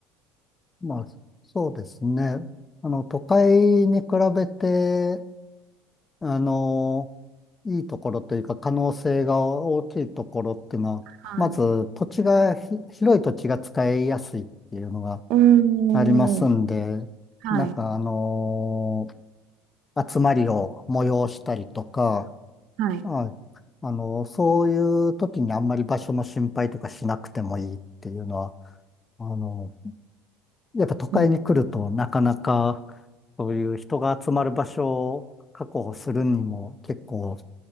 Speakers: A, on the left; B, on the right.
A: まあ、そうですね。あの、都会に比べて、あの、いいところというか可能性が大きいところっていうのは、
B: はい。
A: まず土地がひ、広い土地が使いやすいっていうのが
B: うーん。
A: ありますんで、
B: はい。
A: なんかあの集まりを催したりとか、
B: はい。
A: はい、あのそういう時にあんまり場所の心配とかしなくてもいいっていうのは、あのやっぱ都会に来るとなかなか
B: うん。
A: そういう人が集まる場所を確保するにも結構